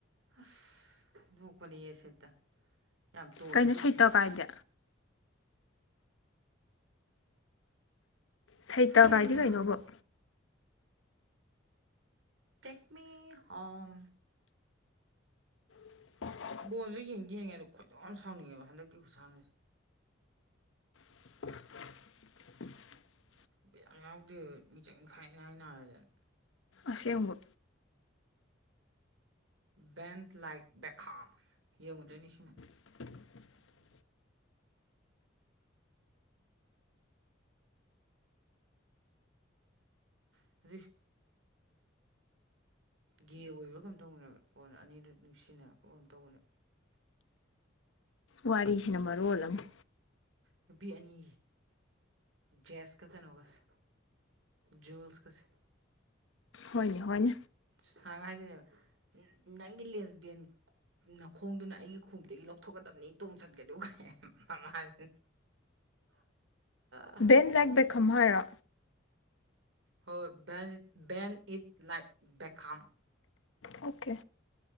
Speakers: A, on the right; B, on the left.
A: ꯑꯁ ꯗꯣꯛꯄꯅꯤꯌꯦ ꯁꯩꯇ ꯌꯥꯝ ꯇꯣꯜꯂꯦ
B: ꯀꯩꯅꯣ
A: ꯄꯨꯟꯁꯤꯁꯦ
B: ꯁꯩꯇ ꯀꯥꯏꯗꯤ ꯁꯩꯇ
A: ꯍꯩꯍꯥ
B: ꯀꯥꯏꯗꯤ ꯀꯩꯅꯣꯕ
A: ꯇꯦꯛꯃꯤ ꯍꯣꯝ
B: <unintelligible>
A: ꯕꯣꯜꯖꯨ ꯌꯦꯡꯒ ꯌꯦꯡꯉꯦꯗ ꯈꯣꯏꯗꯧ ꯌꯥꯝꯅ ꯁꯥꯎꯅꯤꯡꯉꯦꯕ ꯍꯟꯗꯛꯀꯤ ꯈꯨꯁꯥꯟꯅꯁꯦ
B: <unintelligible>
A: ꯕꯤꯠ ꯌꯥꯝ ꯌꯥꯎꯗꯦ ꯃꯤꯆꯪ ꯈꯥꯏ ꯏꯅꯥꯏ ꯅꯥꯔꯗꯅ
B: ꯑꯁꯦꯡꯕ
A: ꯕꯦꯟ ꯂꯥꯏꯛ ꯕꯦꯈꯝ ꯌꯦꯡꯉꯨꯗꯣꯏꯅꯤꯁꯤ
B: <unintelligible>
A: <unintelligible> ꯒꯦ ꯑꯣꯏꯕ꯭ꯔꯥ ꯀꯩꯅꯝ ꯇꯧꯕꯅꯦꯕ ꯀꯣꯟꯅ ꯑꯅꯤꯗ ꯅꯨꯡꯁꯤꯅꯔꯛꯄ <unintelligible> ꯇꯧꯕꯅꯦ
B: ꯋꯥꯔꯤꯁꯤꯅ ꯃꯔꯣꯜ ꯑꯃ
A: ꯅꯨꯄꯤ ꯑꯅꯤ ꯖꯦꯁꯀ ꯀꯩꯅꯣꯒꯁ ꯖꯨꯁ ꯀꯁ
B: ꯍꯣꯏꯅꯦ ꯍꯣꯏꯟ
A: ꯁꯥꯏꯒ ꯍꯥꯏꯗꯣꯏꯅꯦꯕ ꯅꯪꯒꯤ ꯂꯦꯁꯕꯦꯟ ꯅꯈꯣꯡꯗꯨꯅ ꯑꯩꯒꯤ ꯈꯎꯇꯗꯒꯤ ꯂꯧꯊꯣꯛꯀꯗꯕꯅꯤ ꯇꯣꯡꯁꯟꯀꯅꯨ ꯀ ꯍꯥꯏ ꯃꯃꯥꯁꯤꯅ <inaudible>
B: ꯏꯟ ꯂꯦꯛ ꯕꯦꯛ ꯈꯝ ꯍꯥꯏꯔꯣ
A: ꯍꯣꯏ ꯕꯦꯟ ꯕꯦꯟ ꯏꯠ ꯂꯥꯏꯛ ꯕꯦꯈꯥꯝ
B: ꯑꯣꯀꯦ